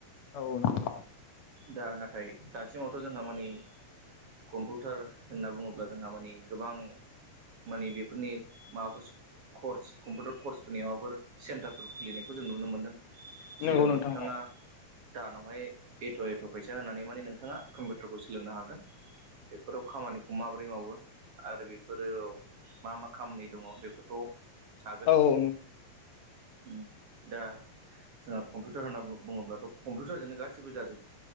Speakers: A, on the left; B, on the right.
A: औ औ नांगौव
B: दा नाथाय दासिमावथ' जोंहा मानि कम्पिउटार होनना बुङोब्ला जोंहा माने गोबां माने बेफोरनि माबाफोर कर्स कम्पिउटार कर्सफोरनि माबाफोर सेन्टारफोर खुलिनायखौ जों नुनो मोनदों
A: नंगौ
B: जेराव
A: नोंथां
B: नोंथाङा दानावहाय एथ' एथ' फैसा होनानै माने नोंथाङा कम्पिउटारखौ सोलोंनो हागोन बेफोराव खामानिखौ माबोरै मावो आरो बेफोरो मा मा खामानि दङ बेफोरखौ हागोन
A: औ औ
B: ओम दा जोंहा कम्पिउटार होनना बुङोब्लाथ' कम्पिउटारजोंनो गासिबो जाजो